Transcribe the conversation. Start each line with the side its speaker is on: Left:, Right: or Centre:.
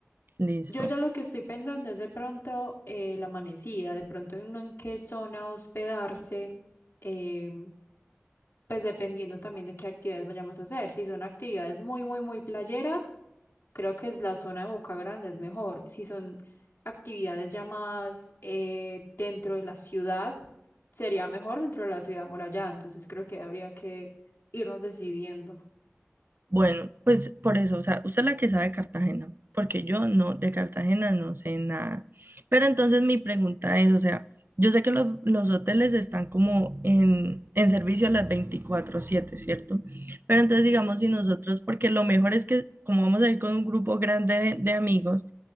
Right: Listo.
Left: Yo ya lo que estoy pensando es de pronto eh, la amanecida, de pronto en, no en qué zona hospedarse, eh, pues dependiendo también de qué actividades vayamos a hacer. Si son actividades muy, muy, muy playeras. Creo que es la zona de Boca Grande es mejor. Si son actividades ya más eh, dentro de la ciudad, sería mejor dentro de la ciudad amurallada. Entonces creo que habría que irnos decidiendo.
Right: Bueno, pues por eso, o sea, usted es la que sabe de Cartagena, porque yo no, de Cartagena no sé nada. Pero entonces mi pregunta es, o sea, yo sé que los, los hoteles están como en, en servicio a las veinticuatro siete ¿cierto? Pero entonces digamos si nosotros, porque lo mejor es que como vamos a ir con un grupo grande de, de amigos,